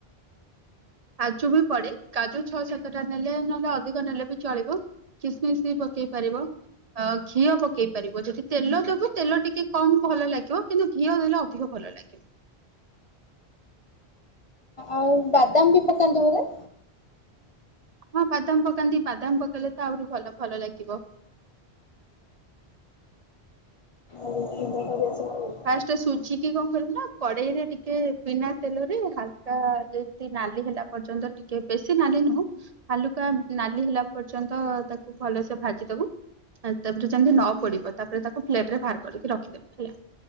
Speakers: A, on the right; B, on the left.
A: କାଜୁ ବି ପଡେ କାଜୁ ଛଅ ସାତଟା ନେଲେ ନହେଲେ ଅଧିକ ନେଲେ ବି ଚଳିବ। କିସମିସ ବି ପକେଇ ପାରିବ ଅ ଘିଅ ପକେଇ ପାରିବ ଯଦି ତେଲ ଦବୁ ତେଲ ଟିକେ କମ ଭଲ ଲାଗିବ କିନ୍ତୁ ଘିଅ ଦେଲେ ଅଧିକ ଭଲ ଲାଗିବ।
B: ଆଉ ବାଦାମ ବି ପକାନ୍ତି ବୋଧେ।
A: ହଁ ବାଦାମ ପକାନ୍ତି ବାଦାମ ପକେଇଲେ ତ ଆହୁରି ଭଲ ଭଲ ଲାଗିବ।
B: ଓହୋ
A: ଫାଷ୍ଟ ସୁଝିକି କଣ କରିବୁ ନା କଡେଇରେ ଟିକେ ବିନା ତେଲରେ ହାଲକା ଯେମିତି ନାଲି ହେଲା ପର୍ଯ୍ୟନ୍ତ ଟିକେ ବେଶୀ ନାଲି ନୁହଁ ହାଲୁକା ନାଲି ହେଲା ପର୍ଯ୍ୟନ୍ତ ତାକୁ ଭଲସେ ଭାଜି ଦବୁ। ଅ ତାପରେ ଯେମିତି ନ ପୋଡିବ ତାପରେ ତାକୁ ଫ୍ଲେଟ ରେ ବାହାର କରିକି ରଖିଦବୁ ହେଲା।